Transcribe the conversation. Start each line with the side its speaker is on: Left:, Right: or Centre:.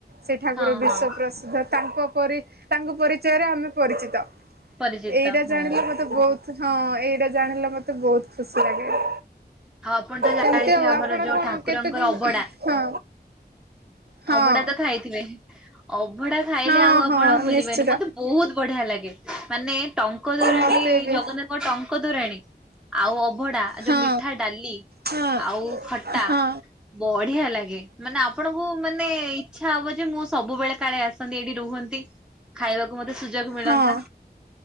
Right: ସେଇ ଠାକୁର
Centre: ହଁ ହଁ
Right: ବିଶ୍ଵ ପ୍ରସିଦ୍ଧ ତାଙ୍କ ପରି ତାଙ୍କ ପରିଚୟରେ ଆମେ ପରିଚିତ।
Centre: ପରିଚିତ
Right: ଏଇଟା
Centre: ହଁ।
Right: ଜାଣିଲେ ମତେ ବୋହୁତ୍ ହଁ ଏଇଟା ଜାଣିଲେ ମତେ ବୋହୁତ୍ ଖୁସି ଲାଗେ।
Centre: ଆଉ ଆପଣ ତ ଜାଣିଥିବେ
Right: ସେମିତି ଆଉ
Centre: ଆମର
Right: ଆପଣ
Centre: ଯୋଉ
Right: କଣ
Centre: ଠାକୁରଙ୍କର
Right: କେତେ ଦିନ୍
Centre: ଅଭଡା
Right: ହଁ ହଁ
Centre: ଅଭଡା ତ ଖାଇଥିବେ ଅଭଡା ଖାଇଲେ
Right: ହଁ
Centre: ଆଉ ଆପଣ
Right: ହଁ
Centre: ଭୁଲିବେନି
Right: ନିଶ୍ଚିତ
Centre: ମତେ ବିହୁତ୍ ବଢିଆ ଲାଗେ ମାନେ ଟଙ୍କ ତୋରାଣୀ
Right: ମତେ ବି
Centre: ଜଗନ୍ନାଥଙ୍କ ଟଙ୍କ ତୋରାଣୀ ଆଉ ବଢ଼ା ଯୋଉ
Right: ହଁ
Centre: ମିଠା ଡାଲି
Right: ହଁ
Centre: ଆଉ ଖଟା
Right: ହଁ
Centre: ବଢିଆ ହେଲା ଲାଗେ, ମାନେ ଆପଣଙ୍କୁ ମାନେ ଇଛା ହବ ଯେ ମୁଁ ସବୁବେଳେ କାଳେ ଆସନ୍ତି, ଏଇଠି ରୁହନ୍ତି, ଖାଇବାକୁ ମତେ ସୁଯୋଗ ମିଳନ୍ତା
Right: ହଁ